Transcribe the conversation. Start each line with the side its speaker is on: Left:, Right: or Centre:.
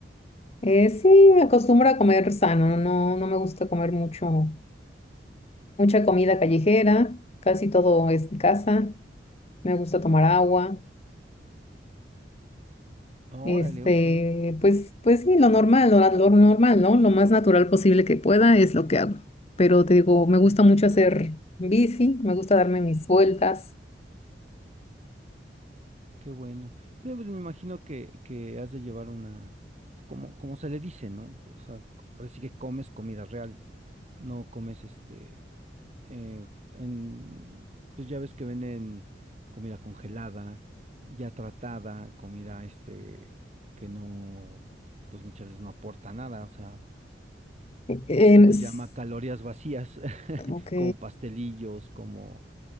Left: Eh, sí, me acostumbro a comer sano, no, no me gusta comer mucho, mucha comida callejera, casi todo es de casa, me gusta tomar agua,
Right: Ah, Órale,
Left: este,
Right: ok,
Left: pues, pues sí, lo normal, lo, lo normal, ¿no? Lo más natural posible que pueda es lo que hago. Pero te digo,
Right: ok,
Left: me gusta mucho hacer bici, me gusta darme mis vueltas.
Right: qué bueno. Sí, pues me imagino que, que has de llevar una, pues, como, como se le dice, ¿no? O sea, ahora sí que comes comida real, no comes este, eh, en, pues ya ves que venden comida congelada, ya tratada, comida este, que no, pues muchas veces no aporta nada, o sea,
Left: Em,
Right: se les
Left: s-
Right: llama calorías vacías, <laughs>
Left: ok.
Right: como pastelillos, como,